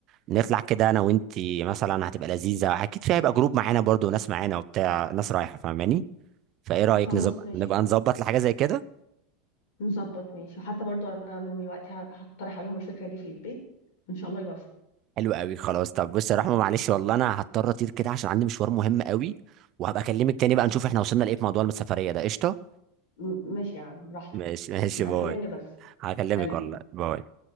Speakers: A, on the right; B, on the left.
A: نطلع كده أنا وأنتي مثلا هتبقى لذيذة أكيد فيها هيبقى جروب معانا برضو ناس معانا وبتاع ناس رايحة فاهماني فإيه رأيك
B: خلاص
A: نظبط
B: ماشي
A: نبقى نظبط لحاجة زي كده
B: نظبط ماشي وحتى برضه انا من الوقت ه- هقترح عليهم الفكره دي في البيت وان شاء الله يوافقوا
A: حلو قوي خلاص طب بص يا رحمة معلش والله أنا هضطر أطير كده عشان عندي مشوار مهم قوي وهبقى أكلمك تاني بقى نشوف إحنا وصلنا لإيه في موضوع السفرية ده قشطة
B: م- ماشي يا عم براحتك
A: ماشي ماشي
B: بقى
A: باي
B: كلمني بس
A: هكلمك
B: سلام
A: والله باي